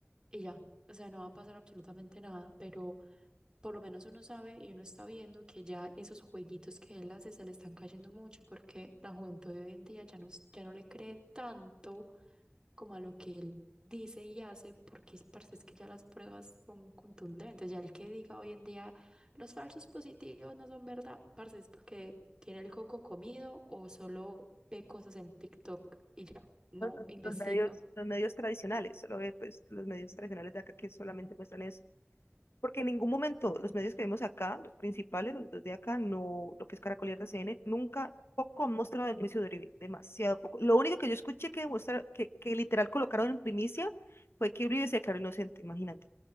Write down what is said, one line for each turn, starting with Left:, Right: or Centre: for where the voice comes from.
Right: y ya. O sea, no va a pasar absolutamente nada, pero por lo menos uno sabe y uno está viendo que ya esos jueguitos que él hace se le están cayendo mucho porque la juventud de hoy en día ya no, es- ya no le cree tanto como a lo que él dice y hace, porque es parce, es que ya las pruebas son contundentes. Ya el que diga hoy en día los falsos positivos no son verdad, parce, es porque tiene el coco comido o solo ve cosas en TikTok y ya no
Left: Los, los-
Right: investiga.
Left: los medios, los medios tradicionales, solo ve, pues, los medios tradicionales de acá que solamente muestran eso. Porque en ningún momento los medios que vemos acá, los principales, los dos de acá, no, lo que es Caracol y RCN, nunca, poco han mostrado el juicio de Uribe, demasiado poco. Lo único que yo escuché que, demostra- que, que literal colocaron en primicia fue que Uribe se declaró inocente, imagínate.